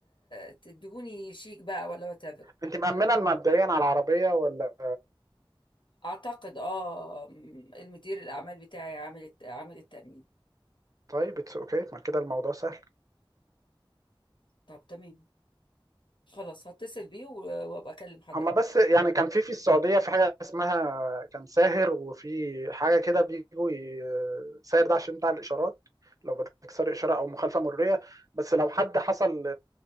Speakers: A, on the left; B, on the right.
A: تدهوني شيك بقى ولا وات ايفر.
B: انت مأمنة مبدئيا على العربيه ولا
A: اعتقد اه المدير الاعمال بتاعي عامل الت- عامل التأمين
B: طيب اتس اوكي okay. ما كده الموضوع سهل
A: طب تمام خلاص هتصل بيه و- وابقى اكلم حضرتك
B: هما بس يعني كان في في السعودية في حاجة اسمها كان ساهر وفي حاجة كده بيجوا ي- ساهر ده عشان بتاع الإشارات لو بتكسر إشارة أو مخالفة مرورية بس لو حد حصل